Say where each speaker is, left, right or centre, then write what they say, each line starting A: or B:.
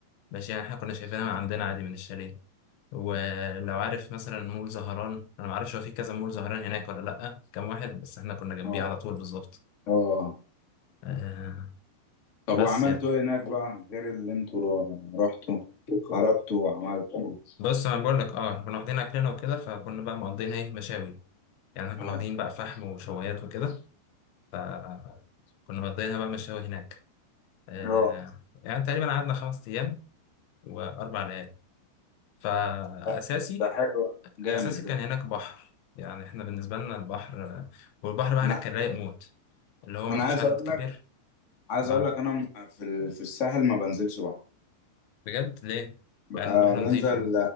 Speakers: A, on the left; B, on the left.
A: ماشي يعني احنا كنا شايفينها من عندنا عادي من الشاليه ولو عارف مثلا مول زهران انا ما اعرفش هو في كذا مول زهران هناك ولا لا كام واحد بس احنا كنا جنبيه
B: اه
A: على طول بالظبط
B: اه
A: آه
B: طب
A: بس
B: وعملتوا
A: يعني
B: ايه هناك بقى غير اللي انتوا رو- رحتوا خرجتوا وعملتوا
A: بص انا بقول لك اه إحنا كنا واخدين اكلنا وكده فكنا بقى مقضيين ايه مشاوي يعني احنا
B: اه
A: كنا واخدين بقى فحم وشوايات وكده فكنا مقضيينها بقى مشاوي هناك آه
B: اه
A: يعني تقريبا قعدنا خمس ايام واربع ليالي فاساسي
B: ده ده حلو جامد
A: اساسي
B: ده
A: كان هناك بحر يعني احنا بالنسبه لنا البحر والبحر بقى
B: انا
A: هناك كان رايق موت اللي هو مفيش
B: أنا عايز
A: عدد
B: اقول
A: كبير
B: لك عايز
A: اه
B: اقول لك انا م- في ال- في الساحل ما بنزلش بحر
A: بجد ليه؟
B: بقى
A: مع ان البحر
B: آه، بنزل
A: نضيف يعني